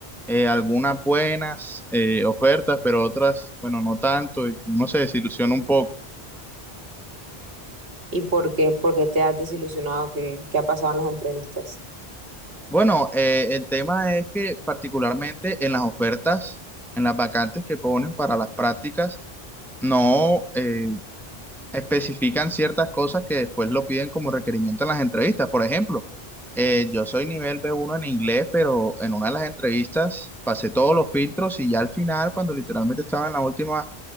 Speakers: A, in the centre; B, on the right.
A: eh, algunas buenas eh, ofertas, pero otras, bueno, no tanto, y uno se desilusiona un poco.
B: ¿Y por qué? ¿Por qué te has desilusionado? ¿Qué, qué ha pasado en las entrevistas?
A: Bueno, eh, el tema es que particularmente en las ofertas, en las vacantes que ponen para las prácticas, no, eh, especifican ciertas cosas que después lo piden como requerimiento en las entrevistas. Por ejemplo, eh, yo soy nivel b uno en inglés, pero en una de las entrevistas pasé todos los filtros y ya al final, cuando literalmente estaba en la última